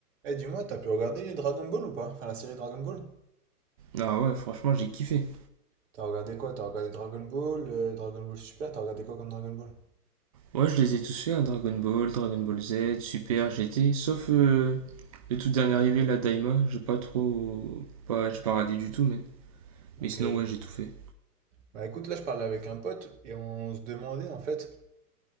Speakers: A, on the right; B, on the right.
A: Eh dis-moi, t'as pu regarder les Dragon Ball ou pas? Enfin la série Dragon Ball?
B: Ah ouais, franchement, j'ai kiffé.
A: T'as regardé quoi? T'as regardé Dragon Ball, euh, Dragon Ball Super, t'as regardé quoi comme Dragon Ball?
B: Ouais, je les ai tous fait, hein, Dragon Ball, Dragon Ball Z, Super, GT, sauf euh, le tout dernier arrivé, la Daima, j'ai pas trop... Pas, j'ai pas radé du tout, même. Mais
A: Ok.
B: sinon,
A: ouais.
B: ouais, j'ai tout fait.
A: Bah écoute, là je parlais avec un pote et on se demandait en fait